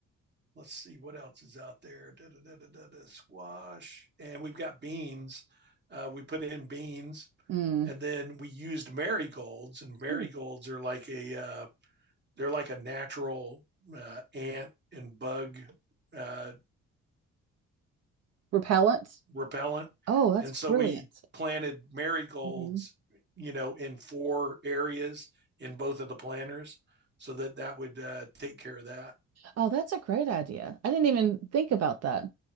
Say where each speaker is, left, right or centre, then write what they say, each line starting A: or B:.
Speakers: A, on the right; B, on the right.
A: let's see what else is out there. Da, da, da, da, da, da, squash, and we've got beans. Uh, we put in beans,
B: Mm.
A: and then we used marigolds, and marigolds
B: Ooh.
A: are like a uh, they're like a natural uh, ant and bug uh,
B: Repellent.
A: repellent.
B: Oh, that's
A: And
B: brilliant.
A: so we planted marigolds,
B: Mhm.
A: you know, in four areas in both of the planters so that that would uh, take care of that.
B: Oh, that's a great idea. I didn't even think about that.